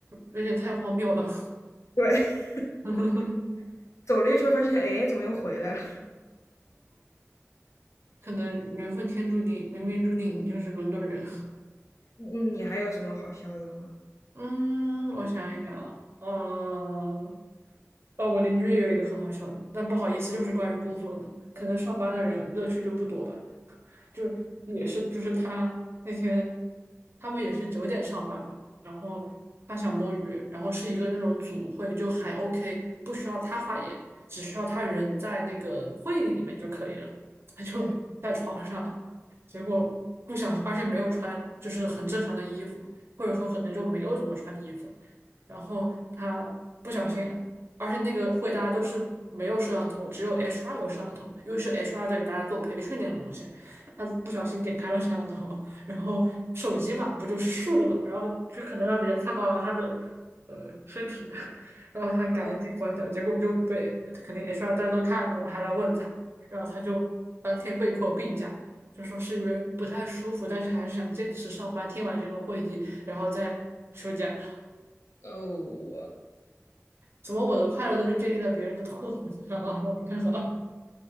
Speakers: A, on the right; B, on the left.
A: 有点太荒谬了。
B: 对，<laughs>
A: <laughs>
B: 走了一圈儿发现，哎，怎么又回来了？
A: 可能缘分天注定，冥冥注定你就是伦敦人。
B: 你你还有什么好笑的吗？
A: <laughs> 嗯，我想一想啊，嗯，哦，我邻居也有一个很好笑的，但不好意思，又是关于工作的，可能上班的人乐趣就不多吧。就是也是就是他那天他们也是九点上班嘛，然后他想摸鱼，然后是一个那种组会，就还 OK，不需要他发言，只需要他人在那个会议里面就可以了，他就在床上，
B: 嗯，
A: 结果不小心，而且没有穿就是很正常的衣服，或者说可能就没有怎么穿衣服，然后他不小心。而且那个会大家都是没有摄像头，只有 HR 有摄像头，因为是 HR 在给大家做培训那种东西。他不小心点开了摄像头，然后手机嘛，不就是竖着的嘛，然后就可能让别人看到了他的呃身体，<laughs> 然后他赶紧关掉，
B: 哦
A: 结果就被肯定 HR 大家都看到了，还来问他，然后他就当天被迫病假，就说是因为不太舒服，但是还是想坚持上班，听完这个会议，然后再休假。
B: 哦，我
A: 怎么我的快乐都是建立在别人的痛苦之上啊？我不太好。